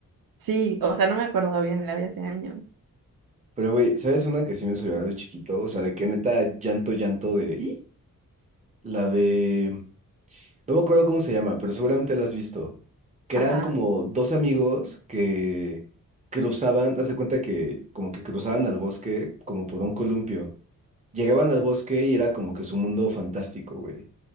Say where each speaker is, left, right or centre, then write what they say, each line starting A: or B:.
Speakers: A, on the right; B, on the right.
A: Sí, o sea, no me acuerdo bien, la vi hace años.
B: Pero, güey, ¿sabes una que sí me hizo llorar de chiquito? O sea, de que neta llanto, llanto de... "Ih". La de... No me acuerdo cómo se llama, pero seguramente la has visto. Que
A: Ajá,
B: eran como dos amigos que cruzaban, haz de cuenta que como que cruzaban al bosque como por un columpio. Llegaban al bosque y era como que su mundo fantástico, güey.